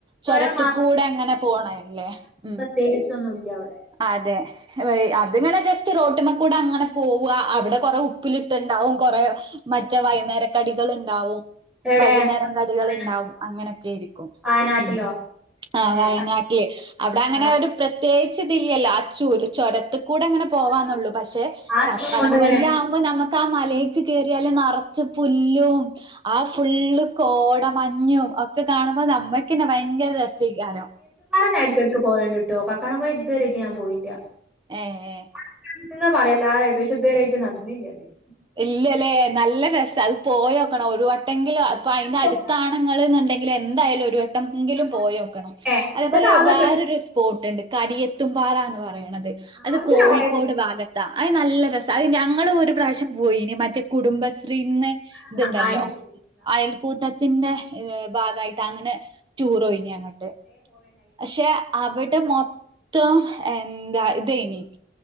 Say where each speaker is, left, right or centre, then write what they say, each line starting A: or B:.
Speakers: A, in the centre; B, on the right (about 25°).
A: ചുരം
B: ചൊരത്ത്ക്കൂടെ അങ്ങനെ പോണല്ലേ. ഉം.
A: ടേസ്റ്റൊന്നുല്ല്യ അവടെ.
B: അതെ. വ് അതിങ്ങനെ ജസ്റ്റ് റോട്ട്മ്മക്കൂടെ അങ്ങനെ പോവുവാ അവിടെ കൊറെ ഉപ്പിലിട്ട്ണ്ടാവും കൊറേ മറ്റേ വൈന്നേര കടികള്ണ്ടാവും.
A: എവിടെ
B: വൈകുന്നേരം കടികള്ണ്ടാവും.
A: വയനാട്ടിലോ
B: അങ്ങനെയൊക്കേരിക്കും.
A: വയനാട്ടിലോ
B: ഉം ആഹ് വയനാട്ടിയ്.
A: ഏ
B: അവിടെ അങ്ങനെ
A: വയനാട്ടിൽ
B: ഒരു പ്രത് ത്യേകിച്ചിതില്ലല്ലോ അച്ചൂര് ചൊരത്തക്കൂടെ അങ്ങനെ പോവാന്നുള്ളൂ.
A: ചൊരള്ളൂ
B: പക്ഷെ
A: ആ ഒരിതും
B: കക്കാടം
A: കൊണ്ട് ഇങ്ങനെ
B: പോയിലാ നമുക്ക് ആ മലേക്ക് കേയറിയാല് നെറച്ച് പുല്ലും ആ ഫുള്ള് കോട മഞ്ഞും ഒക്കെ കാണുമ്പോ നമ്മക്ക്ന്നെ ഭയങ്കര രസേയ്കാരം.
A: വയനാട് ഞാൻ എടക്കേടക്ക് പോകലിണ്ട്ട്ടോ കക്കാടം പോയി ഇതുവരെയിറ്റ് ഞാൻ പോയില്ല.
B: ഏഹ് ഏഹ്.
A: <unintelligible> നടന്നില്ലത്
B: ഇല്ലല്ലേ നല്ല രസ അത് പോയിയൊക്കണം ഒരു വട്ടെങ്കിലും അപ്പൊ അതിന്റെ
A: അത്
B: അടു ത്താണ്ങ്ങള്ന്നുണ്ടെങ്കില് എന്തായാലും ഒരു വട്ടം ങ്കിലും
A: അവിടെ
B: പോയോക്കണം.
A: ഏ
B: അതേപോലെ
A: എന്റെ താത
B: വേറൊരുസ്
A: കെട്ടി
B: പോട്ടുണ്ട്. കരിയെത്തും പാറ എന്ന് പറയണത്. അത്
A: അവിടുത്തെ
B: കോഴിക്കോട്
A: ഞാൻ കൊറേ പോയിണ്
B: ഭാഗത്ത് താ അത് നല്ല രസ അത് ഞങ്ങള് ഒരു പ്രാവശ്യം പോയിന് മറ്റേ കുടുംബശ്രീന്ന്.
A: ആ
B: ഇത്ണ്ടല്ലോ
A: അത് ശരി ആ ആ
B: അയൽക്കൂട്ടത്തിന്റെ ഭാഗായിട്ട് അങ്ങനെ ടൂറോയിനി അങ്ങട്ട്
A: പോക്ണ്ടായിനി.
B: അക്ഷെ അവിടെ മൊത്തം എന്താ ഇതേനി.